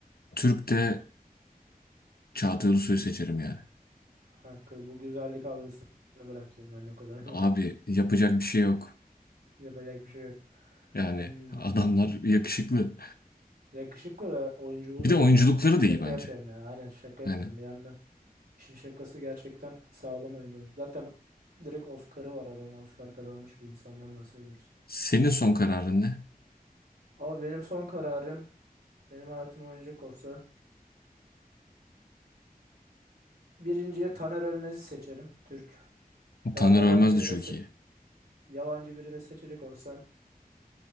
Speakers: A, on the left; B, on the right.
A: Türk de Çağatay Ulusoy'u seçerim yani.
B: Kanka bu güzellik algısını bırak ya. Ben o kadar diyorum.
A: Abi yapacak bir şey yok.
B: <laughs> Yapacak bir şey yok.
A: Yani
B: Hmm.
A: adamlar yakışıklı.
B: Yakışıklı ve oyunculuğu
A: Bir
B: da
A: de
B: iyi
A: oyunculukları
B: ya. Şaka
A: da iyi bence.
B: yapıyorum ya. Aynen şaka yapıyorum.
A: Yani
B: Bir yandan işin şakası gerçekten sağlam oyuncular. Zaten direkt Oscar'ı var adam. Oscar kazanmış bir insandan bahsediyoruz.
A: senin son kararın ne?
B: Abi benim son kararım Benim hayatım oynayacak olsa birinciye Taner Ölmez'i seçerim Türk. Eğer
A: Taner
B: yabancı
A: Ölmez
B: biri
A: de çok
B: de se-
A: iyi.
B: yabancı biri de seçecek olsam